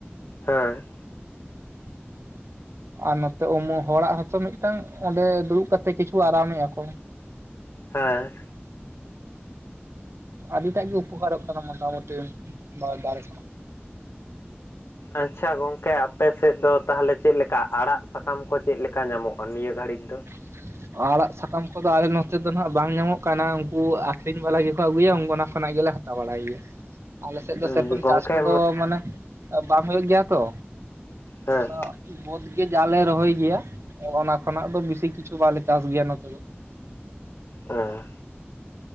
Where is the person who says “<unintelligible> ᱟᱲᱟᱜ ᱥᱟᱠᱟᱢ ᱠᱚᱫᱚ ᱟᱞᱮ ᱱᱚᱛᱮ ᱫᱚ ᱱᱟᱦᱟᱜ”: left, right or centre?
Right